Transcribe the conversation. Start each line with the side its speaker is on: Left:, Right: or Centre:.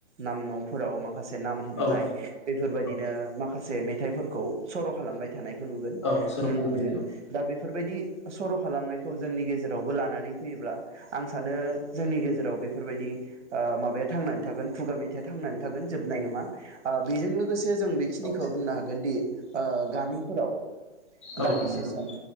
Right: नाम न'फोराव मा खासे नाम हमनाय
Left: औ
Right: बेफोरबायदिनो माखासे। से मेथाइफोरखौ सर' खालामबाय थ थानायखौ नुगोन
Left: औ सर'
Right: नुनो
Left: खालामनाय
Right: मोनगोन।
Left: औ
Right: बेफोरबायदि सर' खालामनायखौ जोंनि गेजेरावबो लानानै फैयोब्ला आं सानो जोंनि गेजेराव बेफोरबायदि ओ माबाया थांनानै थागोन खुगा मेथाइया थांनानै थागोन जोबनाय नङा ओ बेजों लोगोसे से जों बेखिनिखो
Left: औ
Right: बुंनो हागोनदि ओ गामिफोराव दान्दिसे
Left: औ नोंथां
Right: सम।